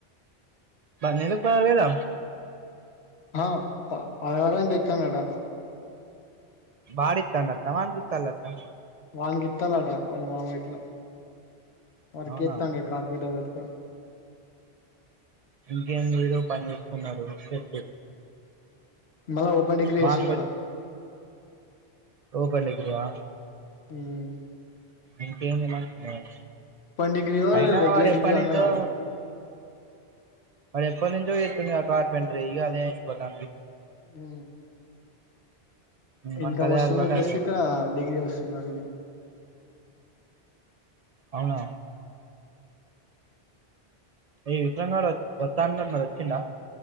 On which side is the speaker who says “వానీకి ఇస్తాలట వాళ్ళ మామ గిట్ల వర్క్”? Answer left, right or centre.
Left